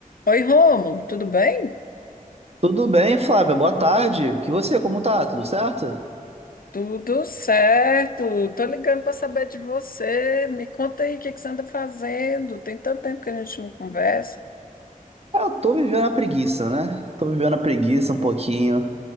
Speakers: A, on the left (about 75°); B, on the right (about 45°).
A: Oi, Rômulo, tudo bem?
B: Tudo bem, Flávia? Boa tarde. E você, como tá? Tudo certo?
A: Tudo certo. Tô ligando para saber de você. Me conta aí o que que você anda fazendo. Tem tanto tempo que a gente não conversa.
B: Ah, Eu tô vivendo a preguiça, né? Tô vivendo a preguiça um pouquinho.